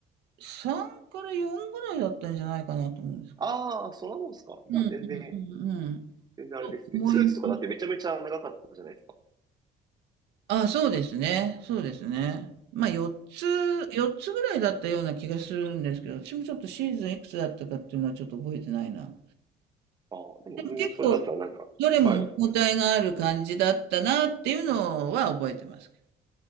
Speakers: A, on the right (about 85°); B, on the right (about 25°).
A: 3から4ぐらいだったんじゃないかなと思うんですけど。
B: ああ、そんなもんすか。じゃあ全然、
A: うんうんうんうん。
B: 全然あれですね。
A: 思います。
B: スーツとかだってめちゃめちゃ長かったじゃないですか。
A: あ、そうですね。そうですね。まあ4つ、4つぐらいだったような気がするんですけど、私もちょっとシーズンいくつだったかっていうのはちょっと覚えてないな。
B: ああ、でも全然それだったらなんか、
A: でも結構、どれも見応えがある感じだったなっていうのは覚えてますけど。
B: はい。